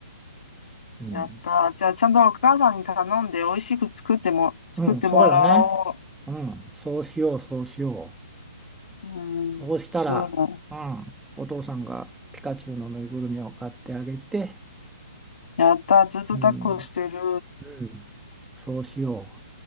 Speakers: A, in the centre; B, on the left (about 60°).
A: うん。
B: やったー。じゃあ、ちゃんとお母さんに頼んで、美味しく作っても、作ってもらお
A: うん、そうよね。うん、そうしよう、そうしよ
B: う。うん、
A: う。そうしたら、
B: そう
A: うん、お父さんがピカチュウのぬいぐるみを買ってあげて、
B: だ。やったー。ずっと抱っこしてる。
A: うん。うん、そうしよう。